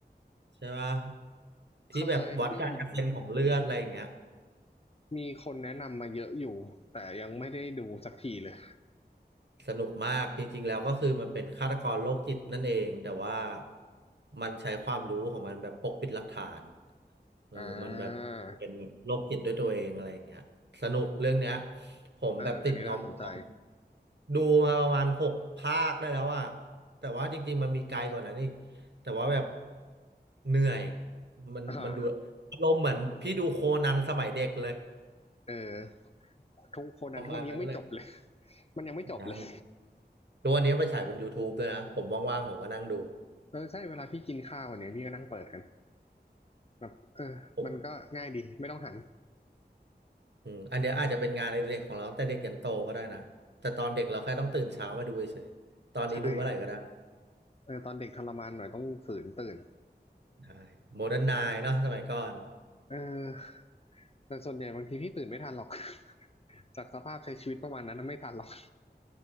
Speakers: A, on the right (about 80°); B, on the left (about 35°).
A: ใช่ปะที่แบบวัดการกระเซ็นของเลือดอะไรอย่างเงี้ย
B: เคยได้ยินมีคนแนะนำมาเยอะอยู่แต่ยังไม่ได้ดูสักทีเลย
A: สนุกมากจริงๆแล้วก็คือมันเป็นฆาตกรโรคจิตนั่นเองแต่ว่ามันใช้ความรู้ของมันแบบปกปิดหลักฐานเออมันแบบเป็นแบบโรคจิตด้วยตัวเองอะไรอย่างเงี้ยสนุกเรื่องเนี้ย
B: อ่า
A: ผมแบบติดงอมๆดูมาประมาณหกภาคได้แล้วอะ
B: เอออันนี้น่าสนใจ
A: แต่ว่าจริงๆมันมีไกลกว่านั้นอีกแต่ว่าแบบเหนื่อยมันมันดูอารมณ์เหมือนพี่ดูโคนันสมัยเด็กเลย
B: อ่าเออทุกคนนั้นทุกวันนี้ยังไม่จบเลย
A: ประมาณนั้นเลย
B: <laughs> มันยังไม่จบเลย
A: ยัง ทุกวันนี้มาฉายบน YouTube ด้วยนะผมว่างๆผมก็นั่งดู
B: เออใช่เวลาพี่กินข้าวเนี่ยพี่ก็นั่งเปิดกันแบบเออมันก็ง่ายดีไม่ต้องหัน
A: ผมอืมอันเนี้ยอาจจะเป็นงานในเด็กของเราตั้งแต่เด็กยันโตก็ได้นะแต่ตอนเด็กเราแค่ต้องตื่นเช้ามาดูเฉยๆตอนนี้ดูเมื่อไหร่ก็ได้
B: ใช่เออตอนเด็กทรมานหน่อยต้องฝืนตื่น
A: ใช่โมเดิร์นไนน์เนาะสมัยก่อน
B: เออแต่ส่วนใหญ่บางทีพี่ตื่นไม่ทันหรอก <laughs> จากสภาพใช้ชีวิตประมาณนั้นนะไม่ทันหรอก